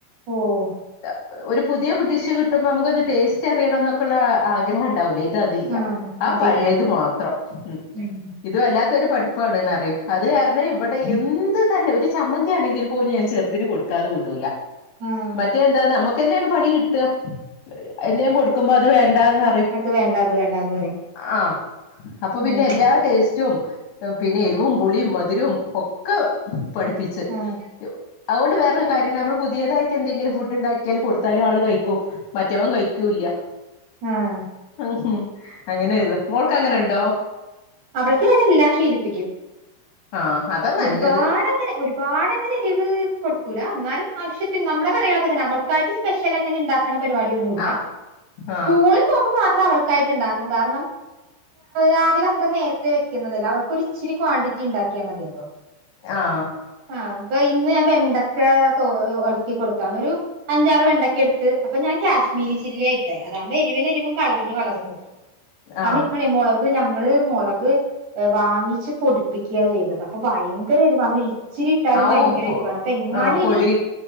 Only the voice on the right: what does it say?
ഓഹ്
ആഹ്
അതില്ല
ഉം
ആഹ്
അത് വേണ്ട അത് വേണ്ടാന്ന് പറയും
ഉം
ആഹ്
ആഹ്
അവൾക്ക് ഞാൻ എല്ലാ ശീലപ്പിക്കും
ഒരുപാട് അങ്ങനെ ഒരുപാട് അങ്ങനെ എരിവ് കൊടുക്കൂല എന്നാലും ആവശ്യത്തിന് നമ്മുടെ കറികളൊക്കെ തന്നെ അവൾ സ്പെഷ്യൽ അങ്ങനെ ഉണ്ടാക്കണ പരിപാടിയൊന്നുമല്ല
സ്കൂളിൽ പോകുമ്പോ അത്ര അവൾക്കായിട്ട് ഉണ്ടാക്കും കാരണം രാവിലെ അത്ര നേരത്തെ വെക്കുന്നതല്ലോ അവൾക്കൊരിച്ചിരി ക്വാണ്ടിറ്റി ഉണ്ടാക്കിയാൽ മതിയല്ലോ
ആഹ് അപ്പൊ ഇന്ന് ഞാൻ വെണ്ടക്ക ഒൽത്തികൊടുത്താണ് ഒരു അഞ്ചാറ് വെണ്ടക്കടുത്ത് അപ്പൊഞാൻ കാശ്മീരിചില്ലിയിട്ടെ അതാവുമ്പോ എരിവിനെരിവും കളറിന്കളറുംകിട്ടും കാരണംഇപ്പോഴേ
മുളക് ഞങ്ങള് മുളക് വാങ്ങിച്ച് പൊടിപ്പിക്ക്യ ചെയ്തത് അപ്പൊഭയങ്കരരിവാ ഇച്ചിരിട്ടാലും
ഭയങ്കരഎരുവാണ്
അപ്പൊഎങ്ങാനും
ഇനി